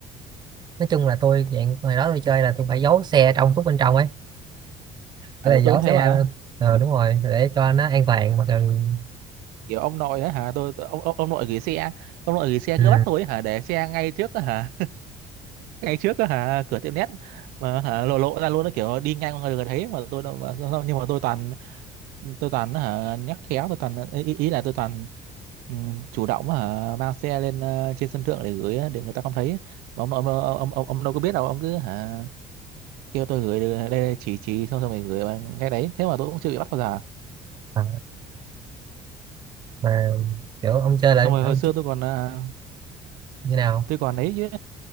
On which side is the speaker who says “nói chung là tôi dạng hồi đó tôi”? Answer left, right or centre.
Right